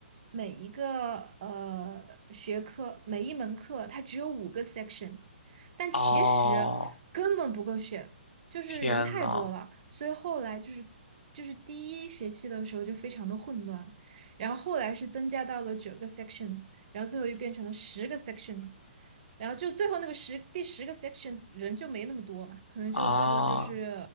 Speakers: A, on the right (about 50°); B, on the left (about 85°).
A: 每一个呃学科每一门课它只有五个 section，但其实根本不够选，
B: 哦，
A: 就是人太多了，
B: 天呐，
A: 所以后来就是就是第一学期的时候就非常的混乱，然后后来是增加到了九个 sections，然后最后又变成了十个 sections。然后就最后那个十第十个 sections 人就没那么多嘛，可能就最多就是
B: 啊，